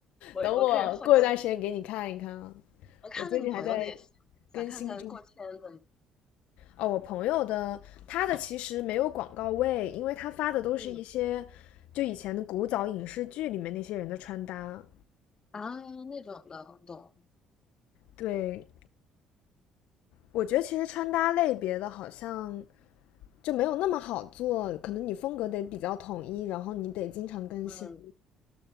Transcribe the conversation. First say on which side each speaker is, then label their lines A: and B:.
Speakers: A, on the left (about 35°); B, on the left (about 65°).
A: 我我开始好奇，
B: 等我过一段时间给你看一看啊，
A: 我看看你朋友那些，
B: 我最近还在更新中。
A: 想看看过千的
B: 哦，我朋友的他的其实没有广告位，因为他发的都是一些就以前的古早影视剧里面那些人的穿搭。
A: 那嗯啊那种的，懂，
B: 对，我觉得其实穿搭类别的好像就没有那么好做，可能你风格得比较统一，然后你得经常更新。
A: 嗯。